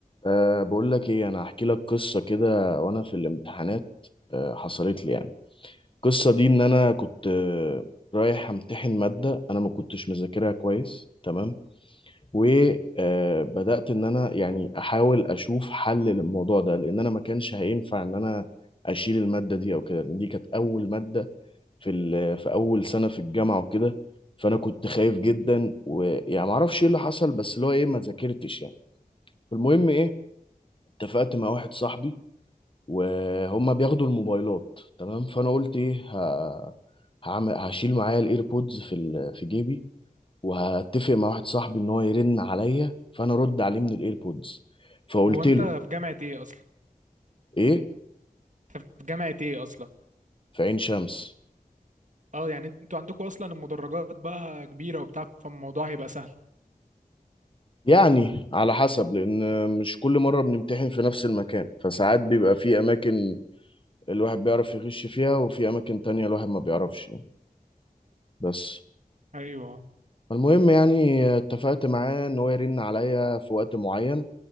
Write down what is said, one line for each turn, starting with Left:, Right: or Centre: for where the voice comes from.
Left: أه بقول لك ايه انا هحكي لك قصه كده وانا في الامتحانات أه حصلت لي يعني القصه دي ان انا كنت آه، رايح امتحن ماده انا ما كنتش مذاكرها كويس تمام وبدات ان انا يعني احاول اشوف حل للموضوع ده لان انا ما كانش هينفع ان انا اشيل الماده دي او كده لان دي كانت اول ماده في ال- في اول سنه في الجامعه وكده فانا كنت خايف جدا ويعني ما اعرفش ايه اللي حصل بس اللي هو ايه ما ذاكرتش يعني فالمهم ايه اتفقت مع واحد صاحبي وهم بياخدوا الموبايلات تمام فانا قلت ايه ه... هعمل هشيل معايا الايربودز في ال... في جيبي وهتفق مع واحد صاحبي ان هو يرن عليا فانا ارد عليه من الايربودز فقلت
Right: هو انت
Left: له
Right: في جامعة ايه اصلا
Left: ايه
Right: انت في جامعة ايه اصلا
Left: في عين شمس
Right: اه يعني انتوا عندكم اصلا المدرجات بقى كبيرة وبتاع فالموضوع هيبقى سهل
Left: يعني على حسب لان مش كل مره بنمتحن في نفس المكان فساعات بيبقى في اماكن الواحد بيعرف يغش فيها وفي اماكن تانية الواحد ما بيعرفش يعني بس
Right: ايوه
Left: المهم يعني اتفقت معاه ان هو يرن عليا في وقت معين